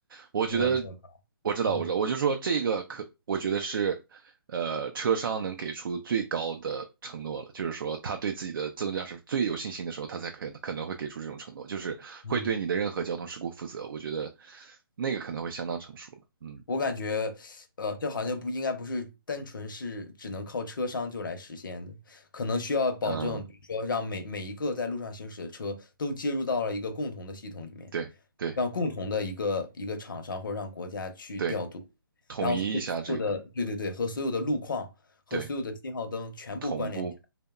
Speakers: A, on the right (about 65°); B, on the left (about 55°).
A: 我觉得
B: 没有没有到，
A: 我知道，
B: 嗯
A: 我知道，我就说这个可，我觉得是，呃，车商能给出最高的承诺了，就是说他对自己的自动驾驶最有信心的时候，他才可能可能会给出这种承诺，就是会对你的任何交通事故负责。
B: 嗯。
A: 我觉得那个可能会相当成熟了。嗯
B: 我感觉，呃，这好像就不应该不是单纯是只能靠车商就来实现的，可能需要保证，
A: 嗯，
B: 比如说让每每一个在路上行驶的车都接入到了一个共同的系统里面。
A: 对对
B: 让共同的一个一个厂商或者让国家去调度，
A: 对，统一一下这个，
B: 然后跟所有的对对对和所有的路况和所有的信号灯全部关联起来，
A: 对，同步